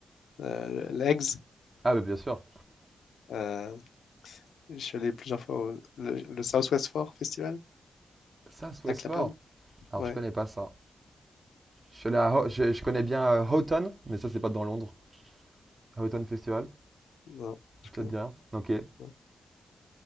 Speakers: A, on the left (about 80°); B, on the right (about 40°).
A: euh, le- l'Eggs.
B: Ah, bah, bien sûr.
A: Euh, je suis allé plusieurs fois au le, le Southwest Four Festival
B: Ça, c'est Westford.
A: à Clapham.
B: Alors,
A: Ouais,
B: je connais pas ça. Je suis allé à Ho- je, je connais bien euh, Houghton, mais ça, c'est pas dans Londres. Houghton Festival,
A: non, je
B: tu
A: connais
B: vas te dire. Ok.
A: pas.